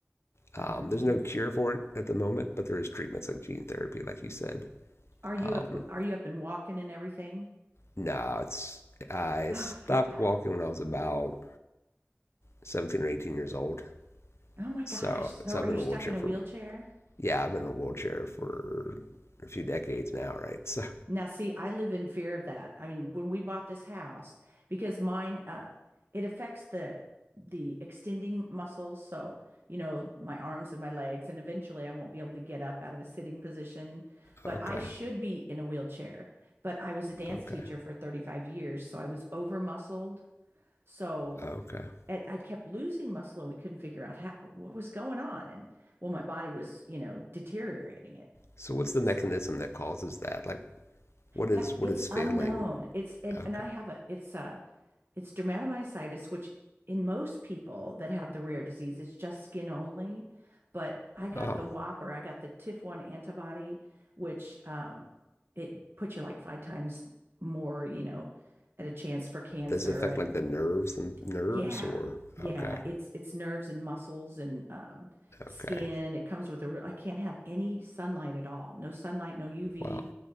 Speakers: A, on the right; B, on the left.
A: Oh
B: um,
A: man.
B: there's no cure for it at the moment, but there is treatments like gene therapy, like you said,
A: Are you
B: um,
A: up are you up and walking and everything?
B: No, it's I
A: Oh,
B: stopped
A: I hate that.
B: walking when I was about 17 or 18 years old.
A: Oh my gosh.
B: So,
A: So
B: so
A: are
B: I've been
A: you
B: in
A: stuck
B: a wheelchair
A: in a
B: for
A: wheelchair?
B: yeah, I've been in a wheelchair for a few decades now, right? <laughs> So,
A: Now, see, I live in fear of that. I mean, when we bought this house, because mine, uh, it affects the the extending muscles. So, you know, my arms and my legs, and eventually I won't be able to get up out of a sitting position. But
B: okay,
A: I should be in a wheelchair. But I was a dance
B: okay,
A: teacher for 35 years, so I was over muscled. So
B: okay.
A: it, I kept losing muscle, and we couldn't figure out how, what was going on. And well, my body was, you know, deteriorating it.
B: So, what's the mechanism
A: So
B: that causes that? Like, what is
A: That
B: what
A: it's
B: is failing?
A: unknown. It's and,
B: Okay.
A: and I have a it's a it's dermatomyositis, which in most people that have the rare disease, it's just skin only. But I got
B: Oh,
A: the whopper. I got the TIF-1 antibody, which um it puts you like five times more, you know, at a chance for cancer.
B: does it affect
A: And
B: like the nerves, the nerves,
A: yeah,
B: or
A: yeah,
B: okay,
A: it's it's nerves and muscles and um skin.
B: okay.
A: It comes with a real, I can't have any sunlight at all. No sunlight, no UV.
B: Wow.